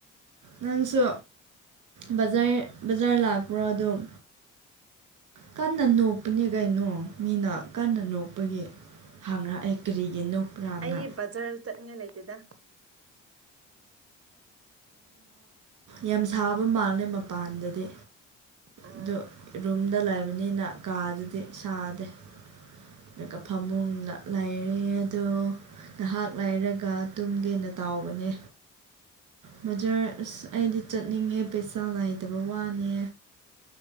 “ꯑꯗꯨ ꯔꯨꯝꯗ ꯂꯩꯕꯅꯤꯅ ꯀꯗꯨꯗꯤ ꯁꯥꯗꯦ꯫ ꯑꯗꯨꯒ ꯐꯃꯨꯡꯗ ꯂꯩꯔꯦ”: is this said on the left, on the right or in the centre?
Right